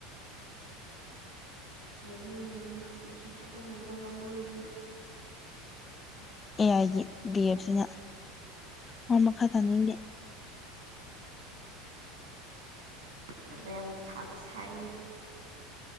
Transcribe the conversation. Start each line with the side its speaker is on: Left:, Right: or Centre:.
Right: ꯅꯕꯤꯌ ꯅꯕꯌꯨ ꯄꯨꯟꯁꯤ ꯆꯨꯞꯄ ꯅꯕ ꯉꯝꯕ ꯑꯣꯏꯕꯌꯨ
Left: ꯑꯦ ꯑꯥꯏꯒꯤ ꯕꯤ ꯑꯦꯠꯁꯤꯅ ꯑꯣ ꯃꯈꯥ ꯇꯥꯅꯤꯡꯒꯦ
Right: ꯆꯕꯝ ꯆꯕꯁꯥꯏ